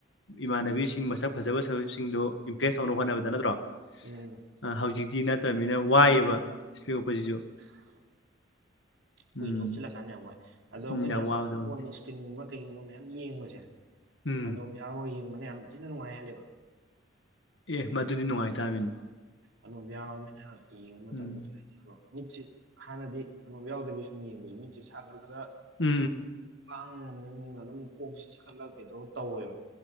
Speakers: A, on the left; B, on the right.
A: ꯏꯃꯥꯟꯅꯕꯤꯁꯤꯡ ꯃꯁꯛ ꯐꯖꯕ ꯐꯖꯕ ꯁꯤꯡꯗꯨ ꯏꯝꯄ꯭ꯔꯦꯖ ꯇꯧꯅ ꯍꯣꯠꯅꯕꯗ ꯅꯠꯇ꯭ꯔꯣ
B: ꯎꯝ
A: ꯑꯥ ꯍꯧꯖꯤꯛꯇꯤ ꯅꯠꯇ꯭ꯔꯅꯤꯅ ꯋꯥꯏꯌꯦꯕ ꯏꯁꯄꯦꯛ ꯎꯞꯄꯖꯤꯖꯨ
B: ꯀꯨꯏꯅ
A: ꯎꯝ
B: ꯎꯞꯆꯤꯜꯂꯀꯥꯟꯗ ꯌꯥꯝ ꯋꯥꯏ ꯑꯗꯣ ꯑꯩꯈꯣꯏꯅ
A: ꯎꯝ ꯌꯥꯝ ꯋꯥꯕ ꯊꯕꯛꯅꯤ
B: ꯐꯣꯟ ꯃꯤꯁ ꯀꯤꯟꯒꯨꯝꯕ ꯀꯩꯒꯨꯝꯕ ꯃꯌꯥꯝ ꯌꯦꯡꯕꯖꯦ
A: ꯎꯝ
B: ꯑꯅꯣꯞ ꯌꯥꯎꯔꯒ ꯌꯦꯡꯕꯅ ꯌꯥꯝ ꯊꯤꯅ ꯅꯨꯡꯉꯥꯏꯍꯜꯂꯦꯕ
A: ꯑꯦ ꯃꯗꯨꯗꯤ ꯅꯨꯡꯉꯥꯏꯇꯥꯃꯤꯅꯦ
B: ꯑꯅꯣꯞ ꯌꯥꯎꯔꯕꯅꯤꯅ ꯌꯦꯡꯕ ꯃꯇꯝꯗꯁꯨ
A: ꯎꯝ
B: ꯍꯥꯏꯗꯤꯀꯣ ꯃꯤꯠꯁꯤꯠ ꯍꯥꯟꯅꯗꯤ ꯑꯅꯣꯞ ꯌꯥꯎꯗꯕꯤꯁꯨ ꯁꯨꯝ ꯌꯦꯡꯕꯖꯤ ꯃꯤꯠꯁꯦ ꯁꯥꯒꯠꯂꯒ
A: ꯎꯝ
B: ꯄꯥꯡꯕ ꯉꯝꯗ ꯃꯋꯣꯡꯗ ꯑꯗꯨꯝ ꯀꯣꯛꯁꯤ ꯆꯤꯈꯠꯂꯒ ꯀꯩꯗꯧ ꯇꯧꯋꯦꯕ